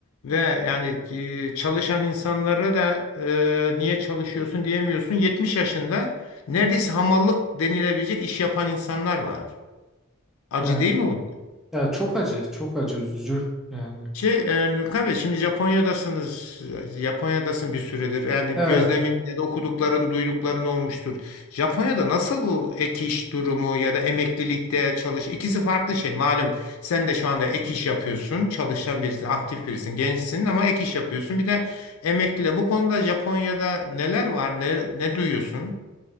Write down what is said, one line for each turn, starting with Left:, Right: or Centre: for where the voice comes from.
Left: ve yani e, çalışan insanlara da e, niye çalışıyorsun diyemiyorsun. 70 yaşında neredeyse hamallık denilebilecek iş yapan insanlar var. Acı
Centre: Evet.
Left: değil mi bu?
Centre: Ya çok acı, çok acı üzücü yani.
Left: Şey, e, Nurkan Bey, şimdi Japonya'dasınız. Japonya'dasın bir süredir. Yani
Centre: Evet.
Left: gözlemin ya da okudukların, duydukların olmuştur. Japonya'da nasıl bu ek iş durumu ya da emeklilikte çalış? İkisi farklı şey. Malum sen de şu anda ek iş yapıyorsun. Çalışan birisin, aktif birisin, gençsin ama ek iş yapıyorsun. Bir de emekliyle. Bu konuda Japonya'da neler var? Ne, ne duyuyorsun?